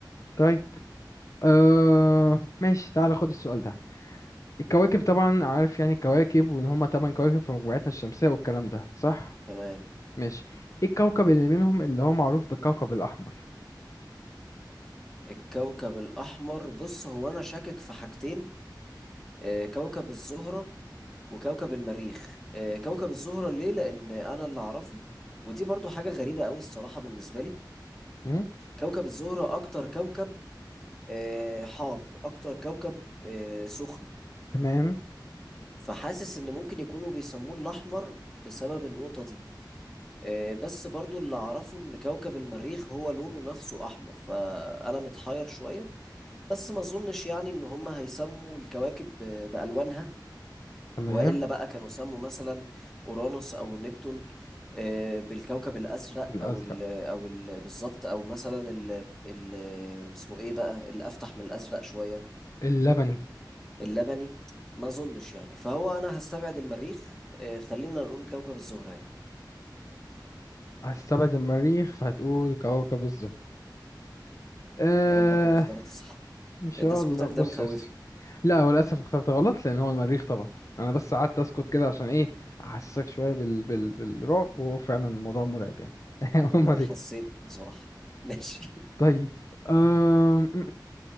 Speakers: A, on the left; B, in the centre.
A: طيب آه ماشي تعال خد السؤال ده الكواكب طبعا عارف يعني الكواكب وان هما تمن كواكب في مجموعتنا الشمسية والكلام ده صح
B: تمام
A: ماشي ايه الكوكب اللي منهم اللي هو معروف بالكوكب الأحمر
B: الكوكب الأحمر بص هو أنا شاكك في حاجتين آه، كوكب الزهرة وكوكب المريخ آه، كوكب الزهرة ليه لأن أنا اللي أعرفه ودي برضو حاجة غريبة قوي الصراحة بالنسبة لي
A: م?
B: كوكب الزهرة أكتر كوكب آه، حار أكتر كوكب آه، سخن
A: تمام
B: فحاسس ان ممكن يكونوا بيسموه الاحمر بسبب النقطة دي آه، بس برضو اللي اعرفه ان كوكب المريخ هو لونه نفسه احمر فانا متحير شوية بس ما اظنش يعني ان هم هيسموا الكواكب ب- بالوانها
A: تمام
B: والا بقى كانوا سموا مثلا اورانوس او نبتون آه، بالكوكب الازرق
A: بالأزرق
B: او ال او ال بالظبط او مثلا ال ال اسمه ايه بقى اللي افتح من الازرق شوية
A: اللبني
B: اللبني ما اظنش يعني فهو انا هستبعد المريخ آه، خلينا نقول كوكب الزهرة يعني
A: هستبعد المريخ فهتقول كوكب الزهر آه
B: يا رب اكون اخترت صح
A: ان شاء
B: انت سكوتك
A: الله بص
B: ده مخوفني
A: يا اسطى لا هو للاسف اخترت غلط لان هو المريخ طبعا انا بس قعدت اسكت كده عشان ايه احسسك شويه بال... بال... بالرعب وهو فعلا الموضوع مرعب يعني <laughs> هو
B: وانا
A: المريخ
B: حسيت بصراحة <laughs> ماشي
A: طيب أم...